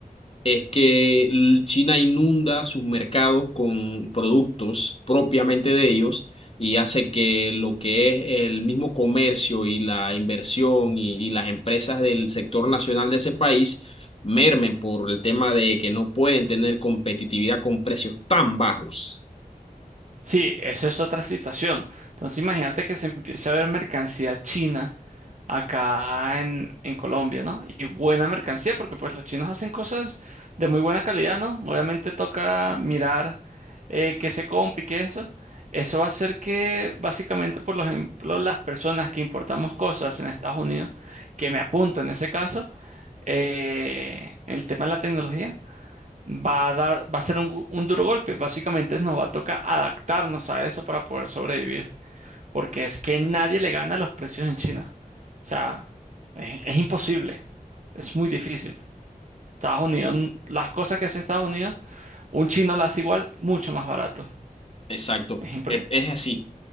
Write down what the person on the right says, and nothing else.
sí, eso es otra situación. Entonces imagínate que se empiece a ver mercancía china acá en, en Colombia, ¿no? Y buena mercancía, porque pues los chinos hacen cosas de muy buena calidad, ¿no? Obviamente toca mirar eh, qué se compra y qué eso. Eso va a hacer que básicamente, por ejemplo, las personas que importamos cosas en Estados Unidos, que me apunto en ese caso, eh, el tema de la tecnología. va a dar, va a ser un, un duro golpe. Básicamente nos va a tocar adaptarnos a eso para poder sobrevivir, porque es que nadie le gana los precios en China. O sea, es, es imposible, es muy difícil. Estados Unidos, n- las cosas que hace Estados Unidos, un chino las hace igual, mucho más barato.
Es impre-